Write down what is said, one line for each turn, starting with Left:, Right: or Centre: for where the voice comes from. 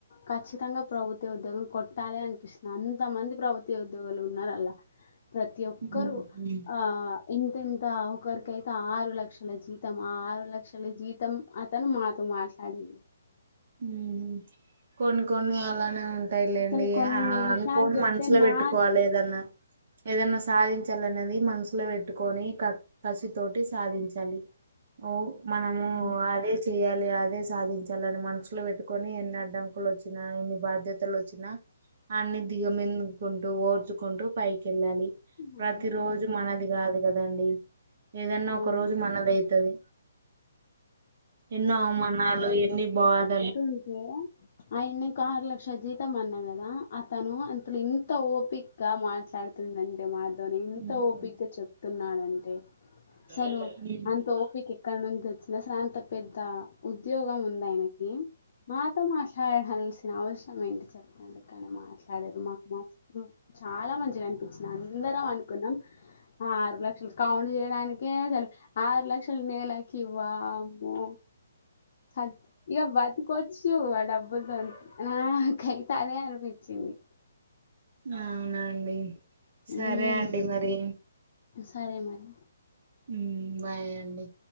Left: ఖచ్చితంగా ప్రభుత్వ ఉద్యోగం కొట్టాలె అన్పిస్న అంతమంది ప్రభుత్వ ఉద్యోగులు ఉన్నారు అల్ల ప్రతీ ఒక్కరు
Right: ఉమ్.
Left: ఆ ఇంతింత ఒకర్ కైతే ఆరు లక్షల జీతం ఆ ఆరు లక్షల జీతం అతను మాతో మాట్లాడ <inaudible>
Right: ఊ కొన్ని కొన్ని అలానే ఉన్ టాయి లేండి
Left: అసలు కొన్ని
Right: ఆ
Left: విషయాలు
Right: అనుకోని
Left: చెప్తే
Right: మనసుల
Left: నాకు
Right: పెట్టుకోవాల ఏదన్నా ఏదన్నా సాధించాలన్నది మనసులో పెట్టుకొని క కసి తోటి సాధించాలి ఓ మనము
Left: ఉమ్,
Right: అదే చెయ్యాలి అదే సాధించాలని మనసు సులో పెట్టుకొని ఎన్ని అడ్డంకులొచ్చినా ఎన్ని బాధ్యతలొచ్చినా అన్నీ దిగమిందుకుంటూ ఓర్చుకుంటూ పైకెళ్ళాలి
Left: అదే
Right: ప్రతి రోజూ మనది కాదు కదండి ఏదన్నా
Left: అవును
Right: ఒక రోజు
Left: కదా
Right: మనదైతది ఎన్నో అవమానాలు ఎన్ని బాధ
Left: తున్కే ఆయన్నకు ఆరు లక్షల జీతం అన్నా గదా అతను అంతలో ఎంత ఓపిక్గా మాట్లాడు తుందంటే మాతోని ఎంత
Right: ఉమ్
Left: ఓపికగా చెప్తున్నాడంటే
Right: ఉమ్,
Left: సలు అంత ఓపికే క్కడ నుంచి వచ్చిన సాంత పెద్ద ఉద్యోగం ఉంది ఆయనకి మాతో మాట్లాడహాల్సిన అవసరం ఏంటి చెప్పండి కానీ మాట్లాడారు మాకు మాత్ చాలా మంచిగా అన్పిచ్చింది అందరం అనుకున్నాం ఆ ఆరు లక్షలు కౌంట్ చేయడానికి కే అసలు ఆరు లక్షల నెలకి వామ్మో సక్ ఇగ బతుకొచ్చు ఆ డబ్బులతోని నాకైతే అదే అనిపిచ్చింది
Right: అవునా అండి సరే
Left: ఉమ్,
Right: అండి మరి
Left: సరే మరి
Right: ఉమ్ బాయ్ అండి